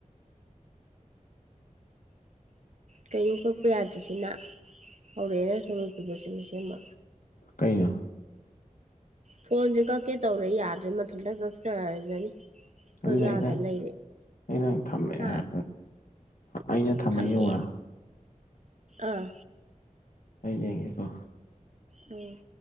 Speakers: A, on the right; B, on the left.
A: ꯀꯩꯅꯣ ꯀꯛꯄ ꯌꯥꯗ꯭ꯔꯤꯁꯤꯅ ꯍꯧꯔꯛꯑꯦꯅ ꯁꯣꯅ‌ꯣ ꯆꯨꯕꯁꯤ ꯃꯁꯤꯃꯥ
B: ꯀꯩꯅ‌ꯣ
A: ꯐꯣꯟꯁꯦ ꯀꯛꯀꯦ ꯇꯧꯔꯦ ꯌꯥꯗ꯭ꯔꯦ ꯃꯊꯟꯇ ꯀꯛꯆꯔꯖꯅꯤ ꯀꯛ
B: ꯑꯗꯨꯗ
A: ꯌꯥꯗ
B: ꯑꯩꯅ
A: ꯂꯩꯔꯦ
B: ꯑꯩꯅ ꯊꯝꯃꯦ
A: ꯍꯥ
B: ꯍꯥꯏ ꯑꯩꯅ ꯊꯝꯃ
A: ꯊꯝꯃꯦ
B: ꯌ‌ꯦꯡꯉ‌ꯣꯔꯥ
A: ꯑꯥ
B: ꯑꯩ ꯌꯦꯡꯒ‌ꯦꯀꯣ
A: ꯎꯝ